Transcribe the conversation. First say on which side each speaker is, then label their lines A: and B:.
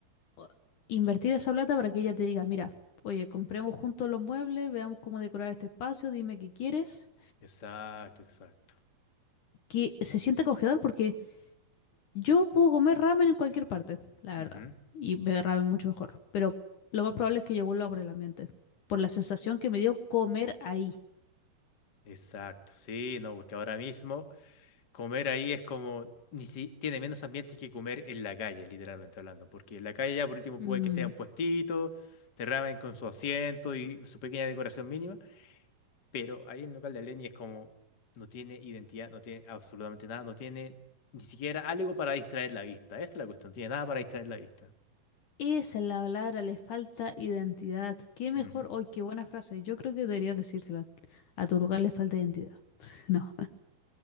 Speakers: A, on the left; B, on the left.
A: o- invertir esa plata para que ella te diga, mira, oye, compremos juntos los muebles, veamos cómo decorar este espacio, dime qué quieres
B: Exacto, exacto.
A: que se siente acogedor porque yo puedo comer ramen en cualquier parte, la verdad,
B: Ujú,
A: y beber
B: Exacto.
A: ramen mucho mejor, pero lo más probable es que yo vuelva por el ambiente, por la sensación que me dio comer ahí.
B: Exacto. Sí, no, porque ahora mismo comer ahí es como, ni si, tiene menos ambientes que comer en la calle, literalmente hablando, porque en la calle ya por último
A: Mm,
B: puede que sea un puestito, de ramen con su asiento y su pequeña decoración mínima, pero ahí en local de Aleni es como, no tiene identidad, no tiene absolutamente nada, no tiene ni siquiera algo para distraer la vista. Esa es la cuestión, no tiene nada para distraer la vista.
A: Esa es la palabra, le falta identidad. Qué mejor,
B: Ujú.
A: hoy, qué buena frase. Yo creo que debería decírsela. A tu lugar le falta identidad. <laughs> No.